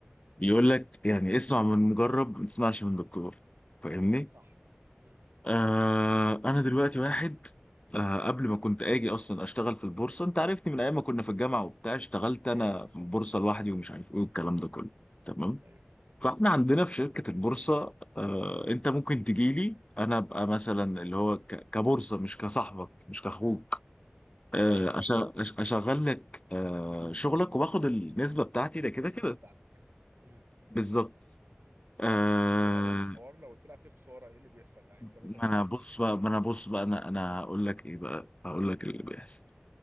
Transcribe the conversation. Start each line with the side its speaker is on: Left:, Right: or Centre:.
Left: يقول لك يعني اسمع من مجرب ما تسمعش من دكتور فاهمني
Right: صح مم.
Left: آه انا دلوقتي واحد آه قبل ما كنت اجي اصلا اشتغل في البورصه انت عارفني من ايام ما كنا في الجامعه وبتاع اشتغلت انا
Right: ايوه ايوه
Left: في البورصه لوحدي
Right: مم.
Left: ومش عارف ايه والكلام ده كله تمام
Right: ايوه
Left: فاحنا عندنا في شركه البورصه آه انت ممكن تجي لي انا ابقى مثلا اللي هو ك- كبورصه مش كصاحبك مش كاخوك
Right: مم.
Left: آه
Right: ايوه
Left: أش- أش- اشغل لك آه شغلك وباخد النسبه بتاعتي ده كده
Right: النسبه
Left: كده
Right: بتاعتك مم.
Left: بالظبط آه
Right: طب ولو آه. الحوار لو طلع فيه خساره ايه اللي بيحصل يعني انت
Left: ما
Right: مثلا وديتك
Left: انا بص
Right: فلوس دي
Left: بقى ما انا بص بقى انا انا هقول لك ايه بقى هقول لك
Right: مم.
Left: اللي بيحصل